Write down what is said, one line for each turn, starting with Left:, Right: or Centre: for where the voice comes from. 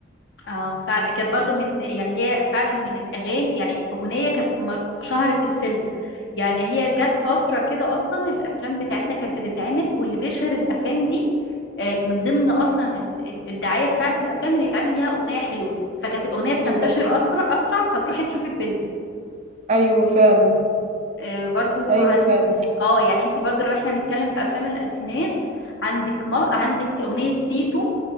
Left: اه فعلا كانت برضو من يعني هي فعلا من الاغاني يعني اغنيه كانت م- شهرت الفيلم يعني هي جت فتره كده اصلا الافلام بتاعتنا كانت بتتعمل واللي بيشهر الافلام دي آه، من ضمن اصلا ال- ال- الدعايه بتاعت الافلام ان يتعمل ليها اغنيه حلوه فكانت الاغنيه بتنتشر
Right: إيه الأغاني؟
Left: اسرع اسرع فتروحي تشوفي الفيلم
Right: ايوه فعلا
Left: آه، برضو
Right: ايوه
Left: عن
Right: فعلا
Left: اه يعني انت برضو لو احنا هنتكلم في افلام الالفينات عندك ما... عندك اغنيه تيتو